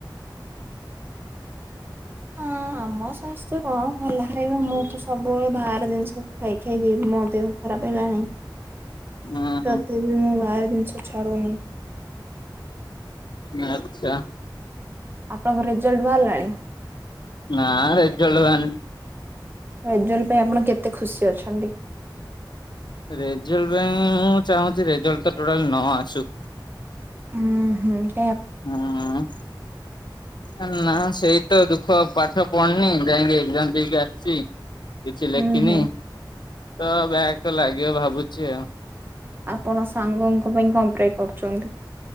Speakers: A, on the left; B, on the right.
A: <inaudible>
B: ହଁ ଆମ ସ୍ୱାସ୍ଥ୍ୟ କଣ ଭଲ ଖାଇବ ମୁଁ ତ ସବୁବେଳେ ବାହାର ଜିନିଷ ଖାଇ ଖାଇଦେବି ମୋ ଦେହ ଖରାପେ ହେଲାଣି
A: ହୁଁ ହୁଁ।
B: ତଥ ବି ମୁଁ ବାହାର ଜିନିଷ ଛାଡ଼ୁନି।
A: ନାଚା।
B: ଆପଣଙ୍କ ରେଜଲ୍ଟ ବାହାରିଲାଣି?
A: ନାଁ ରେଜଲ୍ଟ ବାହାରିନି।
B: ରେଜଲ୍ଟ ପାଇଁ ଆପଣ କେତେ ଖୁସି ଅଛନ୍ତି?
A: ରେଜଲ୍ଟ ପାଇଁ ମୁଁ ଚାହୁଁଛି ରେଜଲ୍ଟ ତ ଟୋଟାଲ ନ ଆସୁ।
B: ଉଁ ହଉ।
A: ଅଁ। ଏ ନା ସେଇ ତ ଦୁଃଖ ପାଠ ପଢିନି ଯାଇକି ଏକ୍ଜାମ ଦେଇକି ଆ ଚି କିଛି
B: ହୁଁ
A: ଲେଖିନି
B: ହୁଁ
A: ତ ବ୍ୟାଗ୍ ତ ଲାଗିବ ଭାବୁଛି ଆଉ।
B: ଆପଣ ସାଙ୍ଗଙ୍କ ପାଇଁ କଣପ୍ରେ କରୁଚନ୍ତି?